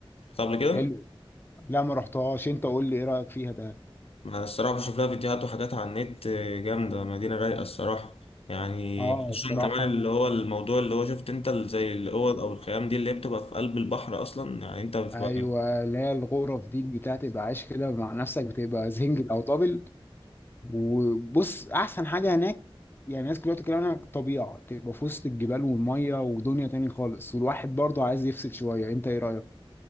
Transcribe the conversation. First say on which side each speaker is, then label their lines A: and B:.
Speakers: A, on the left; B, on the left.
A: طب قبل كده
B: حلو لا ما رحتهاش انت قول لي ايه رأيك فيها ده
A: انا الصراحة بشوف لها فيديوهات وحاجات على النت آه، جامدة مدينة رايقة الصراحة يعني
B: اه
A: خصوصا
B: الصراحة
A: كمان اللي هو الموضوع اللي هو شفت انت ال- زي الاوض او الخيام دي اللي هي بتبقى في قلب البحر اصلا يعني انت بتبقى
B: ايوه اللي هي الغرف دي بتاعت تبقى عايش كده مع نفسك بتبقى زنجل او دبل وبص احسن حاجة هناك يعني الناس كلها بتتكلم عنها الطبيعة تبقى في وسط الجبال والمية ودنيا تاني خالص والواحد برضه عايز يفصل شوية انت ايه رأيك؟